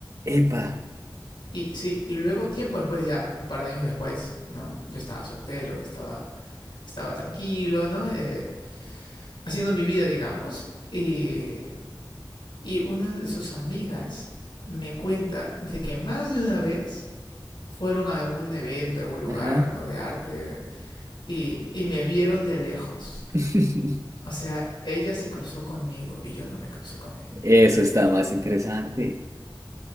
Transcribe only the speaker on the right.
Epa,
ajá.
<laughs>
Eso está más interesante.